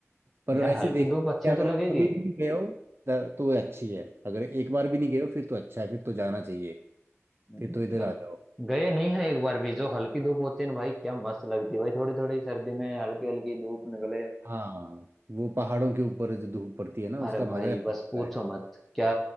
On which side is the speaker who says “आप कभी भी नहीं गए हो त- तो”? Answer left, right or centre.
Right